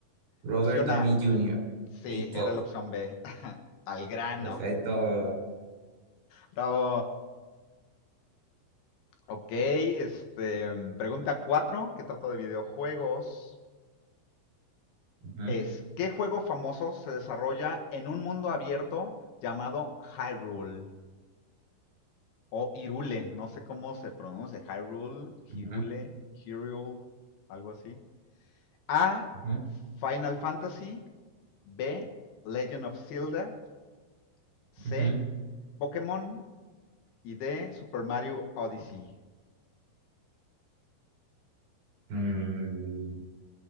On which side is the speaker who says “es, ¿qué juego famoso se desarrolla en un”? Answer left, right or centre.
Left